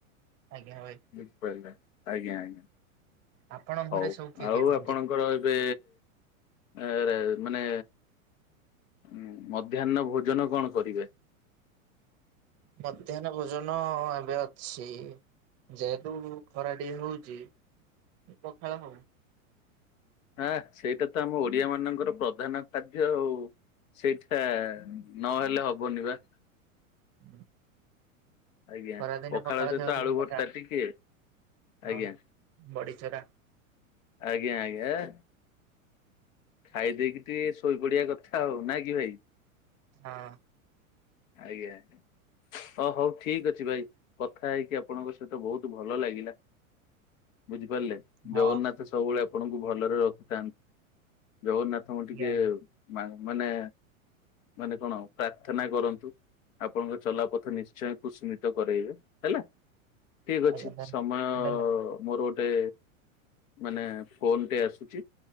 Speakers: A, on the right; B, on the left.
A: ଆଜ୍ଞା ଭାଇ।
B: ବୁଝି ପାରିଲେ ଆଜ୍ଞା ଆଜ୍ଞା।
A: ଆପଣ ଘରେ
B: ହଉ
A: ସବୁ କିଏ
B: ଆଉ
A: କିଏ ରୁହନ୍ତି?
B: ଆପଣଙ୍କର ଏବେ ଏ ରେ ମାନେ ହଁ ମଧ୍ୟାହ୍ନ ଭୋଜନ କଣ କରିବେ?
A: ମଧ୍ୟାହ୍ନ ଭୋଜନ ଏବେ ଅଛି। ଯେହେତୁ ଖରା ଟିଏ ହଉଚି ପଖାଳ ହଉ।
B: ଆହା ସେଇଟା ତ ଆମ ଓଡିଆ ମାନଙ୍କର ପ୍ରଧାନ କାର୍ଯ୍ୟ ଆଉ। ସେଇଟା ନହେଲେ ହବନି ବା।
A: ହୁଁ।
B: ଆଜ୍ଞା।
A: ଖରାଦିନେ ପଖାଳ
B: ସହିତ ଆଳୁ ଭର୍ତ୍ତା
A: ମଜା
B: ଟିକେ ଆଜ୍ଞା
A: ହଁ ବଡି ଚୁରା
B: ଆଜ୍ଞା ଆଜ୍ଞା ଏହେ। ଖାଇ ଦେଇକି ଟିକେ ଶୋଇପଡିବା କଥା ଆଉ ନା କି ଭାଇ?
A: ହଁ।
B: ଆଜ୍ଞାା ହ ହଉ ଠିକ୍ ଅଛି ଭାଇ। କଥା ହେଇକି ଆପଣଙ୍କ ସହିତ ବହୁତ୍ ଭଲ ଲାଗିଲା ବୁଝିପାରିଲେ
A: ହଁ
B: ଜଗନ୍ନାଥ ସବୁ ସବୁବେଳେ ଆପଣଙ୍କୁ ଭଲରେ ରଖିଥାନ୍ତୁ। ଜଗନ୍ନାଥଙ୍କୁ
A: ଆଜ୍ଞା
B: ଟିକେ ମା ମାନେ ମାନେ କଣ ପ୍ରାର୍ଥନା କରନ୍ତୁ। ଆପଣଙ୍କ ଚଲାପଥ ନିଶ୍ଚୟ କୁସିମିତ କରେଇବେ ହେଲା। ଠିକ୍ ଅଛି
A: ଆଜ୍ଞା ଧନ୍ୟ
B: ସମୟ
A: ଧନ୍ୟ
B: ମୋର ଗୋ ଟେ ମାନେ ଫୋନ୍ ଟେ ଆସୁଚି।